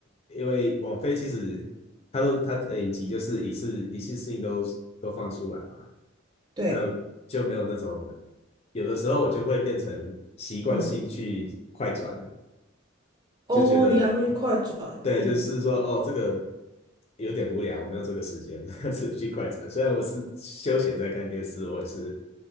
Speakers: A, on the left; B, on the right.
A: 因为网飞其实它都它的影集就是一次一次性都都放出来嘛，
B: 对，
A: 那就没有那种有的时候我就会变成习惯性去快转，
B: 嗯哦，
A: 就觉得
B: 你还会去快转，
A: 对，
B: 嗯。
A: 就是说哦，这个有点无聊，我没有这个时间，<laughs> 是去快转。虽然我是休闲在看电视，我也是